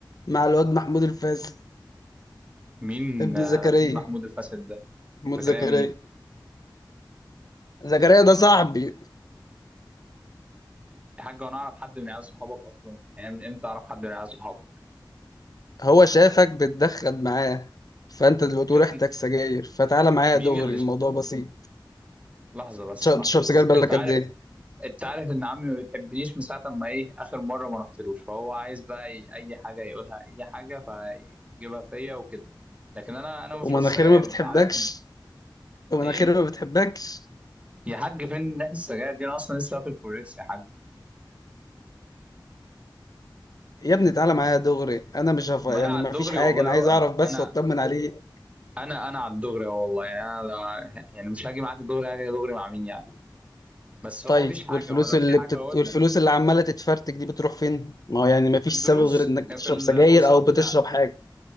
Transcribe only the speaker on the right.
مين
آه،
مين محمود الفاسد ده؟
ده
كلامي
يا حاج وانا اعرف حد من عيال صحابك اصلا يعني من امتى اعرف حد من عيال صحابك
شافني
مين
اللي
ش...
لحظه بس
لحظه
بس
انت عارف
انت عارف ان عمي ما بيحبنيش من ساعه ما ايه اخر مره ما رحتلوش فهو عايز بقى ي- اي حاجه يقولها اي حاجه فيجيبها فيا وكده لكن انا انا
ما بشربش سجاير
انت عارفني
ايه
يا حاج فين ريحه السجاير دي انا اصلا لسه واكل كوريكس يا حاج
ما انا على
الدغري
والله
اهو
انا
انا انا على الدغري اهو والله يعني انا لا- يعني مش هاجي معاك الدغري هاجي دغري مع مين يعني بس هو
مفيش حاجة
هو لو
في حاجة
هقول
لك
في
الدروس
آه، في الكورسات
بتاع